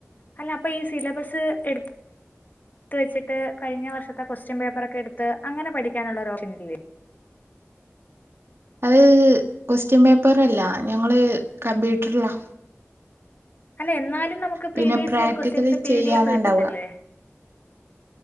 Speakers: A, on the left; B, on the right.
A: അല്ല. അപ്പ ഈ സിലബസ് എടു ടുത്ത് വെച്ചിട്ട് കഴിഞ്ഞ വർഷത്തെ കൊസ്റ്റ്യൻ പേപ്പറൊക്കെ എടുത്ത് അങ്ങനെ പഠിക്കാനുള്ള ഒരു ഓപ്ഷനില്ലേ?
B: അത് ക്വസ്റ്റ്യൻ പേപ്പറ് അല്ല. ഞങ്ങള് കമ്പ്യൂട്ടറിലാ.
A: അല്ല. എന്നാലും നമുക്ക് previous
B: പിന്നെ practical
A: year questions P
B: ചെയ്യാനുണ്ടാവുക
A: D F കിട്ടത്തില്ലേ?